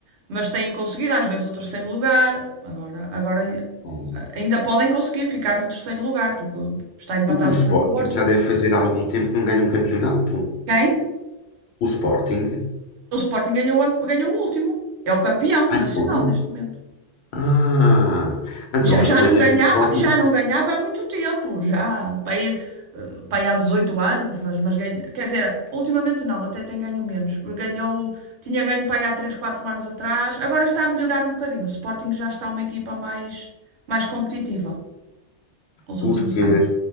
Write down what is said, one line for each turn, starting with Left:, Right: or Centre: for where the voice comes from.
Right: mas têm conseguido às vezes o terceiro lugar. Agora, agora ai-
Left: hum.
Right: ainda podem conseguir ficar no terceiro lugar, porque está empatado
Left: O, o Sporting
Right: com o Porto.
Left: já
Right: qualquer-
Left: deve fazer há algum tempo que não ganha um campeonato.
Right: Quem?
Left: O Sporting?
Right: O Sporting ganhou, o ano- ganhou o último. É o campeão
Left: Ai,
Right: nacional
Left: foi?
Right: neste momento.
Left: Ah, então
Right: Já,
Left: as
Right: já
Left: coisas
Right: não ganhava,
Left: do Sporting.
Right: já não ganhava há muito tempo, já para aí, eh, para aí há 18 anos, mas, mas ganha, quer dizer, ultimamente não, até tem ganho menos. Ganhou, tinha ganho para aí há 3, 4 anos atrás, agora está a melhorar um bocadinho. O Sporting já está uma equipa mais, mais competitiva nos
Left: porque
Right: últimos anos.